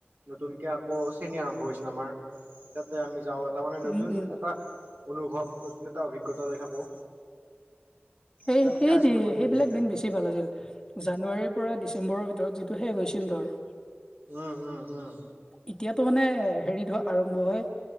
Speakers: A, on the right; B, on the left.
A: নতুনকে আকৌ শ্ৰেণী আৰম্ভ হৈছিল আমাৰ তাতে আমি যাওঁ এটা মানে নতুন
B: উম উম
A: এটা অনুভৱ নতুন এটা অভিজ্ঞতা লৈ থাকো
B: সেইটোৱে
A: তেনেকে আছিলো
B: সেই
A: বহুত
B: সেইবিলাক
A: ধুনীয়াকে
B: দিন বেছি ভাল আছিল জানুৱাৰীৰ পৰা ডিচেম্বৰৰ ভিতৰত যিটো শেষ হৈছিল ধৰ।
A: উম উম উম
B: এতিয়াতো মানে হেৰিত আৰম্ভ হয়